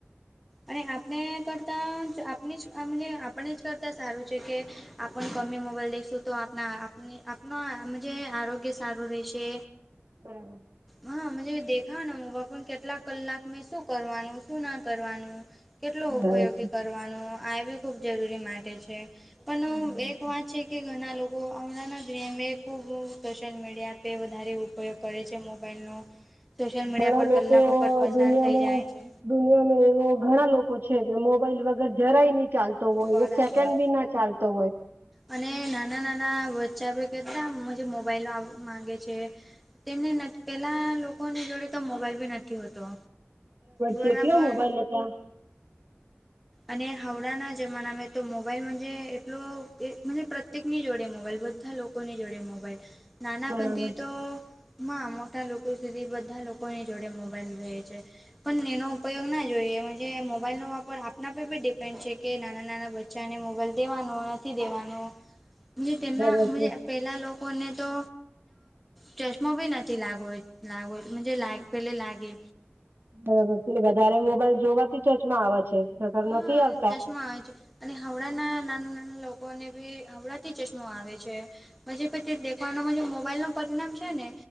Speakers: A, in the centre; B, on the right.
A: અને આપણે કરતા આપને જ આપને જ કરતા સારું છે કે આપણ ગમે મોબાઈલ દેખશું તો આપણા આપ આપણા જે આરોગ્ય સારું રહેશે
B: બરાબર.
A: હા મુજે દેખા ને મોબાઈલ કેટલાક કલાક મેં શું કરવાનું શું ના કરવાનું. કેટલો ઉપયોગી
B: બરાબર
A: કરવાનું આ બી ખૂબ જરૂરી માટે છે પણ
B: છે
A: એક વાત છે. કે ઘણા લોકો હમણાંના દુનિયામે ખૂબ સોશિયલ મીડિયા પે વધારે ઉપ ઉપયોગ કરે છે મોબાઈલનો સોશિયલ મીડિયા
B: બરાબર
A: પર
B: છે ઘણા લોકો
A: કલાકો પર પસાર
B: દુનિયામાં
A: થઈ જાય છે.
B: દુનિયામાં એવો ઘણા લોકો છે કે મોબાઈલ વગર જરાય નહી ચાલ તો હોય
A: બરાબર
B: એક સેકન્ડ બી ના ચાલતો હોય.
A: અને નાના નાના વચ્ચા ભી કેટલા મુજે મોબાઈલો માંગે છે. તેમને નથ પહેલાં લોકોની જોડે તો મોબાઈલ બી નથી હોતો. બરાબર
B: છે કયો મોબાઈલ હતા
A: અને હાવડાના જમાનામાં તો મોબાઈલ મુજે એટલો જે પ્રતે પ્રતીક ની જોડે મોબાઈલ બધા લોકોની જોડે મોબાઈલ નાના
B: બરાબર
A: કંતતી તો
B: છે
A: માં મોટા લોકો સુધી બધા લોકોની જોડે મોબાઈલ રહે છે. પણ એનો ઉપયોગ ના જોઈએ જે મોબાઈલનો વાપર આપના પર બી ડિપેન્ડ છે કે નાના નાના બચ્ચાને મોબાઈલ દેવાનો નથી દેવાનો મુજે તેમના
B: બરાબર
A: મુજે.
B: છે
A: પહેલાં લોકોને તો ચશ્મો બી નથી લાગ લાગો લાગ પેલે લાગે
B: બરાબર છે વધારે મોબાઈલ જોવાથી ચર્ચમાં આવે છે. કસર
A: હા
B: નથી આવ.
A: ચશ્મા આવે છે અને હાવડાના નાના નાના લોકોને બી હાવડાથી ચશ્મા આવે છે. પ તે દખવાનુંનો મોબાઈલ નો પરિણામ છે ને